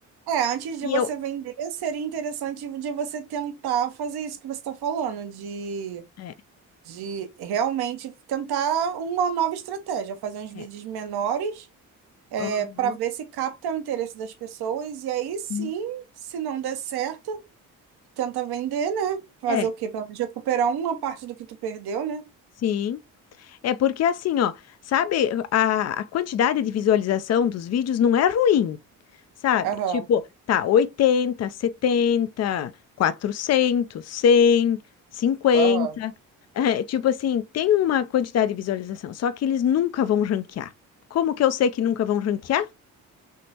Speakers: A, on the right (about 65°); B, on the left (about 40°).
A: É, antes de
B: E
A: você
B: eu.
A: vender, seria interessante de você tentar fazer isso que você está falando, de
B: É,
A: de realmente tentar uma nova estratégia, fazer uns vídeos
B: é.
A: menores, é,
B: Aham,
A: para ver se capta o interesse das pessoas e aí sim,
B: sim.
A: se não der certo, tenta vender, né? Fazer
B: É,
A: o quê? Para recuperar uma parte do que tu perdeu, né?
B: sim. É porque assim, ó, sabe, a, a quantidade de visualização dos vídeos não é ruim, sabe?
A: Aham,
B: Tipo, tá 80, 70, 400, 100, cinquenta,
A: aham.
B: É, tipo assim, tem uma quantidade de visualização, só que eles nunca vão ranquear. Como que eu sei que nunca vão ranquear?